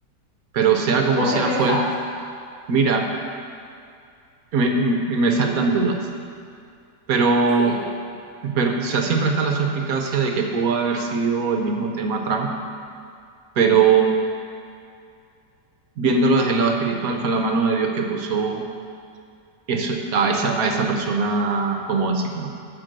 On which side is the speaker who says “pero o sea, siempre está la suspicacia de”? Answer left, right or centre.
Right